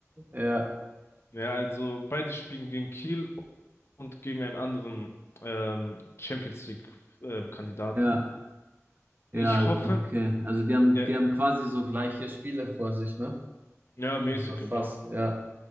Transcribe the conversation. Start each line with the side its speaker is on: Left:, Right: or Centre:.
Right: Ja,
Left: Ja, also beide spielen gegen Kiel und gegen einen anderen ähm, Champions League äh, Kandidaten.
Right: ja,
Left: Ich
Right: ja,
Left: hoffe,
Right: okay. Also die haben,
Left: ja,
Right: die haben quasi so gleiche Spiele vor sich, ne?
Left: ja, mäßig,
Right: Also so
Left: genau.
Right: fast, ja.